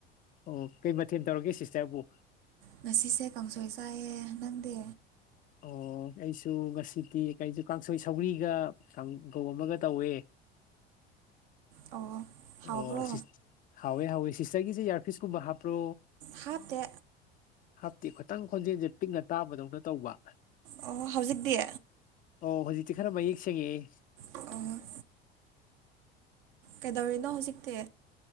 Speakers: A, on the left (about 25°); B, on the right (about 55°).
A: ꯑꯣ ꯀꯩ ꯃꯊꯦꯜ ꯇꯧꯔꯒꯦ ꯁꯤꯁꯇꯔꯕꯨ
B: ꯉꯁꯤꯁꯦ ꯀꯥꯡꯁꯣꯏ ꯆꯥꯏꯌꯦ ꯅꯪꯗꯤ
A: ꯑꯣ ꯑꯩꯁꯨ ꯉꯁꯤꯗꯤ ꯀꯩꯅꯁꯨ ꯀꯥꯡꯁꯣꯏ ꯁꯧꯒ꯭ꯔꯤꯒ ꯀꯥꯡꯒꯧ ꯑꯃꯒ ꯇꯧꯋꯦ
B: ꯑꯣ ꯍꯥꯎꯕ꯭ꯔꯣ
A: ꯑꯣ ꯁꯤ ꯍꯥꯎꯋꯦ ꯍꯥꯎꯋꯦ ꯁꯤꯁꯇꯔꯒꯤꯁꯦ ꯏꯌꯥꯔꯄꯤꯤꯁꯀꯨꯝꯕ ꯍꯥꯞꯄ꯭ꯔꯣ
B: ꯍꯥꯞꯇꯦ
A: ꯍꯥꯞꯇꯤ ꯈꯇꯪ ꯈꯣꯟꯖꯦꯜꯁꯦ ꯄꯤꯛꯅ ꯇꯥꯕꯗꯧꯅ ꯇꯧꯕ
B: ꯑꯣ ꯍꯧꯖꯤꯛ ꯗ
A: ꯑꯣ ꯍꯧꯖꯤꯛꯇꯤ ꯈꯔ ꯃꯌꯦꯛ ꯁꯦꯡꯉꯦꯑꯦ
B: ꯎꯝ ꯀꯩꯗꯧꯔꯤꯅꯣ ꯍꯧꯖꯤꯛꯇꯤ